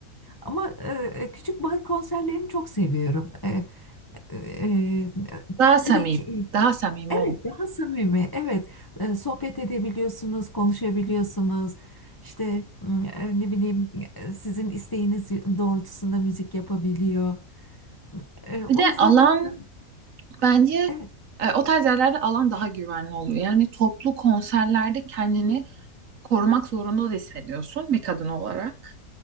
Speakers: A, on the left (about 20°); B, on the right (about 65°).
A: Ama e, küçük bar konserlerini çok seviyorum. E, e, e,
B: Daha samimi,
A: direkt
B: daha samimi
A: Evet,
B: oluyor.
A: daha samimi. Evet, e, sohbet edebiliyorsunuz, konuşabiliyorsunuz. İşte m, e, ne bileyim e, sizin isteğiniz doğrultusunda müzik yapabiliyor. E,
B: Bir
A: o
B: de
A: yüzden
B: alan
A: onu da
B: bence
A: evet,
B: e, o tarz yerlerde alan daha güvenli oluyor. Yani toplu konserlerde kendini korumak zorunda da hissediyorsun bir kadın olarak.